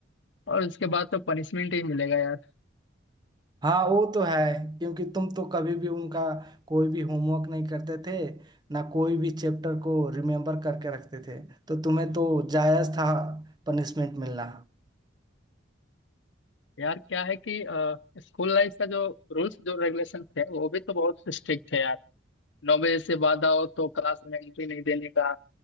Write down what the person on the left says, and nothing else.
और उसके बाद तो पनिशमेंट ही मिलेगा यार
यार क्या है कि स्कूल लाइफ का जो रूल्स जो रेगुलेशन थे वो भी तो बहुत स्ट्रिक्ट थे यार नौ बजे से बाद आओ तो क्लास में एंट्री नहीं देने का